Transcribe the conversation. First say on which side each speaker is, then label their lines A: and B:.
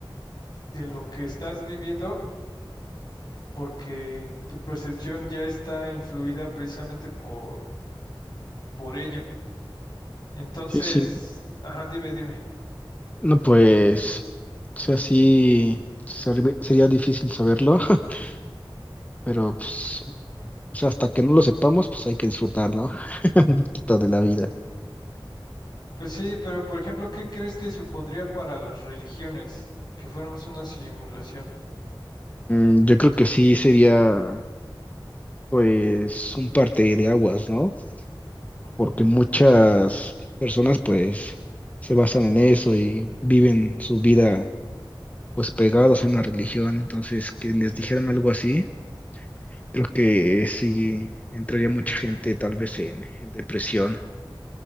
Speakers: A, on the left (about 55°); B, on the left (about 15°).
A: de lo que estás viviendo porque tu percepción ya está influida precisamente por, por ello. Entonces,
B: sí, sí,
A: ajá, dime, dime.
B: no pues, o sea, sí ser- sería difícil saberlo, <laughs> pero pues, o sea, hasta que no lo sepamos, pues hay que disfrutar, ¿no? <laughs> Un poquito de la vida.
A: Pues sí, pero por ejemplo, ¿qué crees que supondría para las religiones que fuéramos una simulación?
B: Mm, Yo creo que sí sería, pues, un parte de aguas, ¿no?
A: Ujú,
B: Porque muchas personas, pues, se basan en eso y viven su vida, pues, pegados a una religión. Entonces, que les dijeran algo así, creo que sí entraría mucha gente, tal vez, en, en depresión.